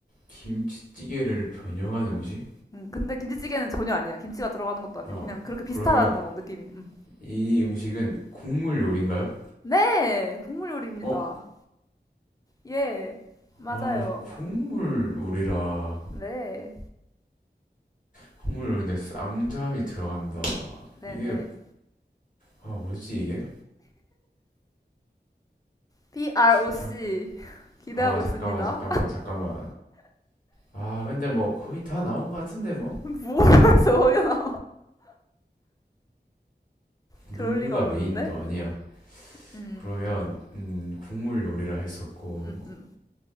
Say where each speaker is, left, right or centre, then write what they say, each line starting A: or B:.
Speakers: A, on the left (about 50°); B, on the left (about 20°).
A: 김치찌개를 변형한 음식?
B: 음, 근데 김치찌개는 전혀 아니야. 김치가 들어가는 것도 아니고
A: 어,
B: 그냥 그렇게 비슷하다고
A: 그러면
B: 느낌이. 음.
A: 이 음식은 국물 요리인가요?
B: 네, 국물 요리입니다.
A: 어,
B: 예, 맞아요.
A: 아, 국물 요리라.
B: 네,
A: 국물 요리인데 쌍잠이 들어간다.
B: 네,
A: 이게,
B: 네.
A: 아, 뭐지 이게?
B: PROC
A: 잠,
B: <laughs> 기대하고
A: 아, 잠깐만,
B: 있습니다.
A: 잠깐만, 잠깐만. 아, 근데 뭐 거의 다 나온 것 같은데 뭐?
B: <laughs> 뭘 서요 <laughs> 나와? 그럴
A: 육류가
B: 리가 없는데.
A: 메인도 아니야.
B: 음,
A: 그러면, 음, 국물 요리라 했었고,
B: 음, 음.